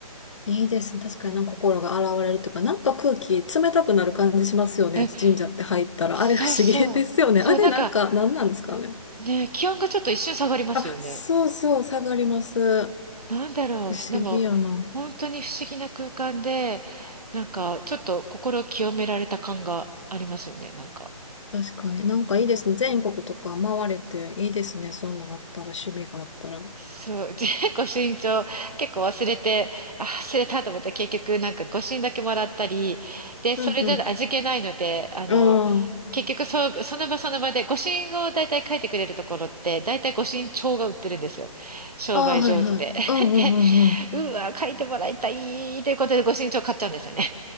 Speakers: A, on the left; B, on the right.
A: いいですね。確かになんか心が洗われるというか、
B: うん。
A: なんか空気冷たくなる感じしますよね。
B: うん
A: 神社って入ったら。
B: そうそう。
A: あれ不思議ですよね。
B: そう、
A: あれなんか何なんですかね。
B: なんか、ね、気温がちょっと一瞬下がりますよね。
A: あ、そうそう、下がります。
B: なんだろう、
A: 不思議やな。
B: でも本当に不思議な空間で、なんかちょっと心を清められた感がありますよね、なんか。
A: 確かに。なんかいいですね。
B: うん
A: 全国とか回れていいですね。そんなんあったら、趣味があったら。うん
B: そう、<laughs> 結構身長結構忘れて、あ、忘れたと思ったら結局なんかご診だけもらったり、で、
A: うん。
B: それじゃ味気ないので、あの、
A: うん。
B: 結局そう、その場その場でご診を大体書いてくれるところって、大体ご診帳が売ってるんですよ。商売上手で。
A: ああ、はいはい。うんうんうん
B: <laughs> で、うわ、書いてもらいたいということでご診帳買っちゃうんですよね。